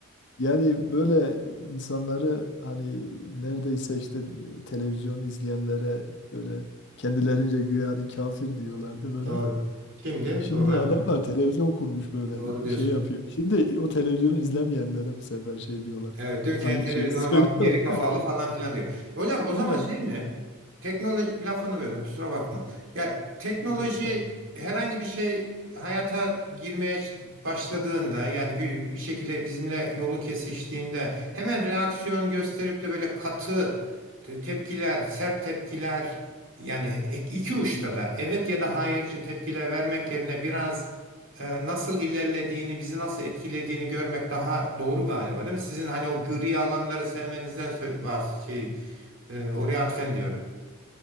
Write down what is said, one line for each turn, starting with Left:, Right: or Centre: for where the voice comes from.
Left: Yani böyle insanları hani neredeyse işte televizyon izleyenlere böyle kendilerince güya hani kafir diyorlardı böyle.
Right: Doğru. Şimdi
Left: Şimdi
Right: doğru yapma.
Left: adamlar televizyon kurmuş böyle
Right: Doğru diyorsunuz.
Left: şey yapıyor. Şimdi o televizyonu izlemeyenlere bu sefer şey diyorlar.
Right: Evet değil mi? Kendi
Left: Aynı
Right: televizyona
Left: şeyi söylüyorlar.
Right: bakın geri kafalı
Left: <laughs>
Right: falan filan diyor. Hocam o zaman
Left: Eh,
Right: şey mi? Teknoloji lafını böldüm kusura bakma. Ya teknoloji
Left: Yok estağfurullah.
Right: herhangi bir şey hayata girmeye çık- başladığında yani gü- bir şekilde bizimle yolu kesiştiğinde hemen reaksiyon gösterip de böyle katı te- tepkiler, sert tepkiler yani e- iki uçta da evet ya da hayırcı tepkiler vermek yerine biraz e, nasıl ilerlediğini, bizi nasıl etkilediğini görmek daha doğru galiba, değil mi? Sizin hani o gri alanları sevmenizden sö- bahs- şey e, oraya atfen diyorum.